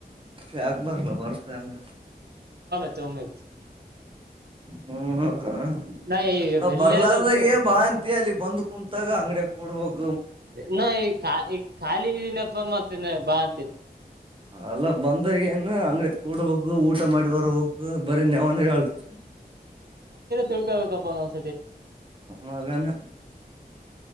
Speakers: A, on the right; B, on the right.
A: ಯಾಕ್ ಬರ್ಲ ಬರ್ಸ ಅಲ್ಲ.
B: ಮತೊಮ್ಮೆ.
A: ಹ್ಮ್ ಹ ಹ್ಮ
B: ನಾ ಈಗ
A: ನಾವ್
B: ಬೆಲ್ಲಲ್ಲ
A: ಬರ್ಲಾರಾಗೇ
B: ಒಬ್ನ
A: ಬಾ ಅಂತಿ ಅಲ್ಲಿ ಬಂದ್ ಕುಂತಾಗ ಅಂಗಡೆ. ಕೊಡಬೋಕ.
B: ನಾ ಈ ಈ ಖಾಲಿ ಇದನಪ್ಪ ಫೋನ್ ಮಾಡ್ತಿದೆ ಮತ್ತ ಬಾ ಅಂತೀ.
A: ಅಲ್ಲ ಬಂದಾಗ ಏನ್ ಅಂಗ್ಡಿ ಕೂಡಬಕ್. ಊಟ ಮಾಡಿ ಬರಹಕ್ ಬರೀ ನವನ್ ಹೇಳ್ತ.
B: ತಿಳ್ಕೊಬೇಕಪ್ಪಾ ನಾವ್.
A: ಮಗನ